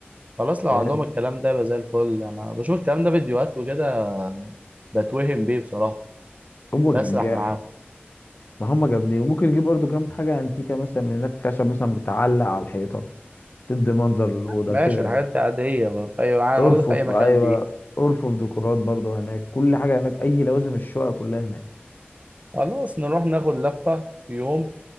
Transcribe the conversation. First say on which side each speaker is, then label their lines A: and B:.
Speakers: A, on the right (about 35°); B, on the left (about 50°).
A: خلاص لو
B: فاهم
A: عندهم الكلام ده يبقى زي الفل أنا بشوف الكلام ده فيديوهات وكده بتوهم بيه بصراحة
B: هو الجاح
A: بسرح معاهم
B: ما هم جامدين وممكن نجيب برضو كام حاجة انتيكة مثلا من هناك خشب مثلا بتعلق على الحيطة تدي منظر للأوضة
A: ماشي
B: كده يعني
A: الحاجات دي عادية في أي مع-
B: ارفف
A: موجودة في أي مكان
B: بقى أيوة
A: دي
B: ارفف ديكورات برضو هناك كل حاجة هناك أي لوازم الشقة كلها هناك
A: خلاص نروح ناخد لفة في يوم